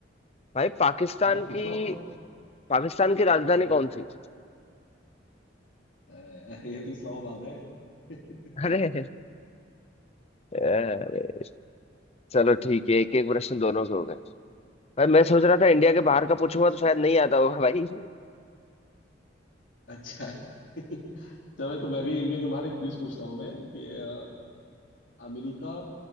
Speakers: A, on the left (about 35°); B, on the left (about 85°).
A: भाई पाकिस्तान
B: हाँ पूछो
A: की
B: आप तो
A: पाकिस्तान की राजधानी
B: हम्म,
A: कौन सी
B: अ, ये तो इस्लामाबाद है <laughs>
A: अरे अरे चलो ठीक है एक एक प्रश्न दोनों के हो गए भाई मैं सोच रहा था इंडिया के
B: चलो
A: बाहर का पूछूंगा
B: ठीक
A: तो शायद
B: है
A: नहीं आता होगा भाई
B: अच्छा <laughs> चलो तो मैं भी इंडिया के बाहर एक क्विज पूछता हूँ मैं कि अ, अमेरिका